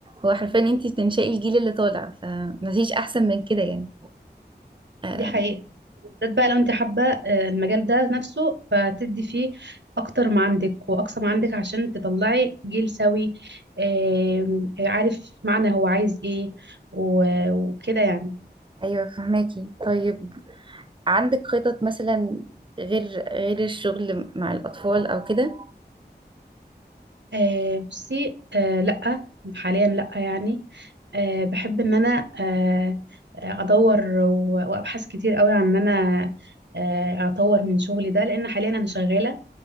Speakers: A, on the right; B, on the right.
A: هو حرفيا انتي بتنشئي الجيل اللي طالع فمفيش احسن من كده يعني آه
B: دي حقيقة بالذات بقى لو انت حابة آه، المجال ده نفسه فتدي فيه اكتر ما عندك واقصى ما عندك عشان تطلعي جيل سوي آم، عارف معنى هو عايز ايه و- وكده يعني
A: ايوه فهماكي طيب عندك خطط مثلا غير غير الشغل مع الاطفال او كده
B: آه، بصي آه، لأ حاليا لأ يعني آه، بحب ان انا آه، آه، ادور و- وابحث كتير قوي عن ان انا آه، اطور من شغلي ده لان حاليا انا شغالة